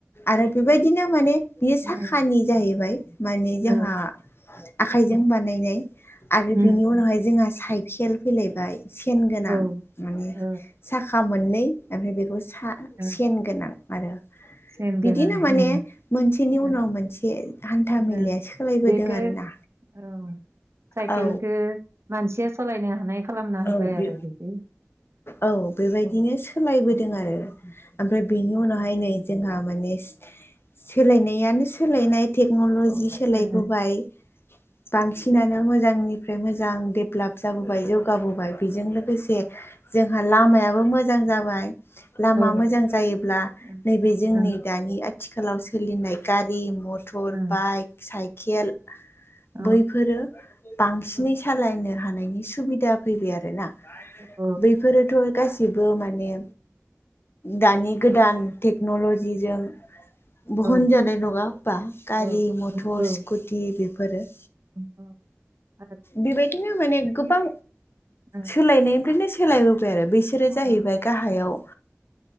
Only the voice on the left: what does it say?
आरो बेबायदिनो माने बियो साखानि
जाहैबाय माने जोंहा
आखाइजों
बानायनाय आरो
बिनि उनावहाय
जोंहा साइकेल फैलायबाय सेन गोनां
माने
साखा मोननै ओमफ्राय बेखौ सा
सेन गोनां आरो
बिदिनो
माने
मोनसेनि उनाव
मोनसे हान्था मेलाया
सोलायबोदों
आरोना
औ
औ बे
औ बेबायदिनो सोलायबोदों आरो ओमफ्राय बेनि उनावहाय नै जोंहा माने सोलायनायानो सोलायनाय टेक्न'ल'जि सोलायबोबाय
बांसिनानो मोजांनिफ्राय मोजां देब्लाप जाबोबाय जौगाबोबाय बेजों लोगोसे जोंहा लामायाबो मोजां जाबाय लामा
मोजां जायोब्ला
नैबे जोंनि
दानि आथिखालाव सोलिनाय गारि मथ थर
बाइक साइकेल
बैफोरो बांसिनै
सालायनो हानायनि सुबिदा फैबाय आरोना
बैफोरोथ' गासिबो माने दानि गोदान टेक्न'ल'जिजों बहन
जानाय नङा होमबा गारि
मथर
स्कुटि बेफोरो
बेबायदिनो माने गोबां
सोलायनायनिफ्रायनो सोलायबोबाय आरो बिसोरो जाहैबाय
गाहायाव